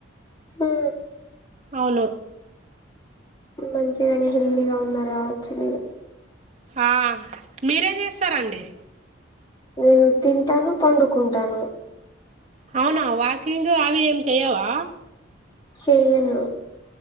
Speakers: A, on the left; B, on the right.
A: హు
B: అవును
A: మంచిగానే హెల్తీగా ఉన్నారు కావచ్చు మీరు
B: ఆ మీరేం చేస్తారండి
A: నేను తింటాను పండుకుంటాను
B: అవునా వాకింగ్ అవి ఏం చెయవా
A: చెయ్యను